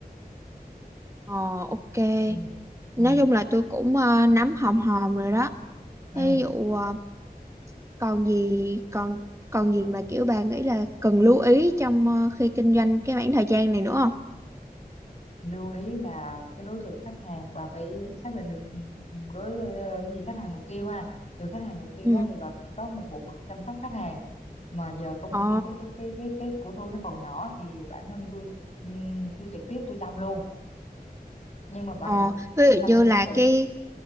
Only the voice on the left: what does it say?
ừ
ừ
ừ
lưu ý là cái đối tượng khách hàng bà phải xác định được ừ, ừ, đối ờ, gì khách hàng mục tiêu ha từ khách hàng mục tiêu
đó thì bà phải có một bộ phận chăm sóc khách hàng mà giờ công
cái cái cái cái cái của tôi nó còn nhỏ thì bản thân tôi ừm, tôi trực tiếp tôi chăm luôn nhưng mà bà,
bà
phải chăm
cho
nó kỹ